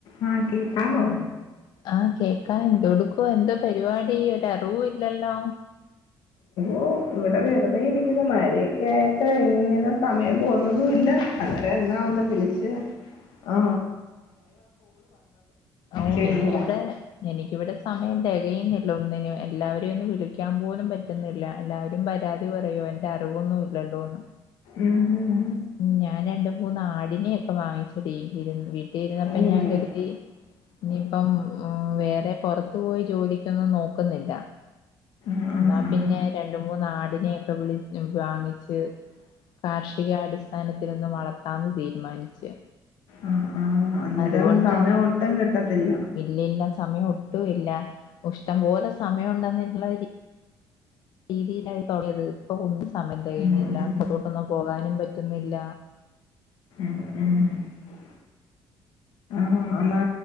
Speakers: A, on the left; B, on the left.
A: ആ കേക്കാമോ
B: ആഹ് കേക്കാ എന്തൊടുക്കുവാ എന്തോ പരിപാടി ഒരറിവുമില്ലല്ലോ
A: ഓ ഇവിടെ വെറുതെ ഇരിക്കുന്നു മഴേ ക്കായിട്ട് <unintelligible> ഇങ്ങനെ സമയം പോന്നതും ഇല്ല അന്നേരം എന്നാ വന്ന വിളിച്ചേ ആ
B: ഓ
A: ചേച്ചിയുടെ
B: എനിക്കിവിടെ എനിക്കിവിടെ സമയം തെകയുന്നില്ല ഒന്നിനു എല്ലാവ യൊന്നു വിളിക്കാൻ പോലും പറ്റുന്നില്ല എല്ലാവരും പരാതി പറയുവ എന്റെ അറിവൊന്നും ഇല്ലല്ലോന്ന്.
A: ഉം ഉം
B: മ്മ് ഞാൻ രണ്ട് മു മൂന്നാടിനെയൊക്കെ വാങ്ങിച്ചേടീ ഇര് വി ട്ടീ <unintelligible>
A: ഉം ഉം
B: ഞാൻ കരുതി ഇപ്പം വേറെ പൊറത്ത് പോയി ജോലിക്കൊന്നും നോക്കുന്നില്ല
A: ഉം ഉം
B: ന്നാ പിന്നെ രണ്ട് മൂന്നാടിനെയൊക്കെ വിളി വാങ്ങിച്ച് കാർഷികാടിസ്ഥാനത്തിലൊന്ന് വളർത്താന്ന് തീരുമാനിച്ച്
A: ആഹ് ആഹ് അന്നേരം
B: അതുകൊണ്ട്
A: സമയം ഒട്ടും കിട്ടത്തില്ല
B: ഇല്ലില്ല സമയം ഒട്ടും ഇല്ല ഇഷ്ടം പോലെ സമയം ഉണ്ടെന്നുള്ള രീതിയിലായി <unintelligible> ഇപ്പൊ ഒന്നും സമയം തെകയ്ന്നില്ല
A: ഉം ഉം
B: പ്പൊത്തോട്ടൊന്നും പോകാനും പറ്റുന്നില്ല
A: മ് ആ എന്നാ